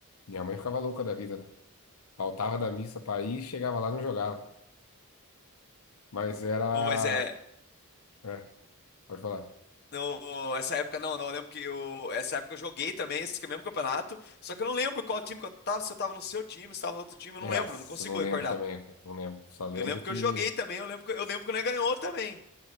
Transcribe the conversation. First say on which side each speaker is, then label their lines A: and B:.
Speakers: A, on the left; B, on the left.
A: Minha mãe ficava louca da vida, né? Faltava da missa pra ir, chegava lá, não jogava. Mas era.
B: Ô, mas é.
A: É, pode falar.
B: No, essa época não, não. Eu lembro que eu, essa época eu joguei também esse mesmo campeonato. Só que eu não lembro qual time que eu tava, se eu tava no seu time, se tava no outro time, eu
A: Nossa,
B: não lembro, não consigo
A: não lembro
B: recordar.
A: também, cara, não lembro. Só lembro
B: Eu lembro
A: que
B: que eu joguei também, eu lembro que, eu lembro que nós ganhou também.